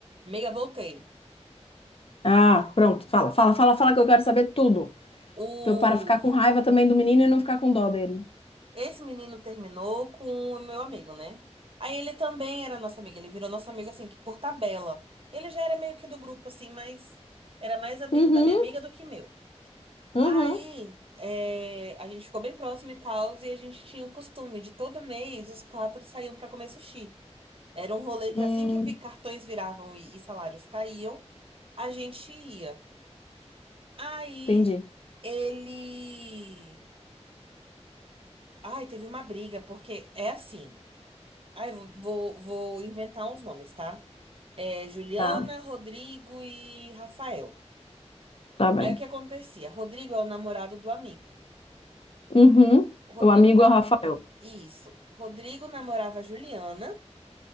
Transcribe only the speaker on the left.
Ah, pronto, fala, fala, fala, fala que eu quero saber tudo.
Pra eu para ficar com raiva também do menino e não ficar com dó dele.
Uhum,
uhum.
Hum,
entendi.
Tá,
tá bem.
Uhum.
O amigo
é o Rafael.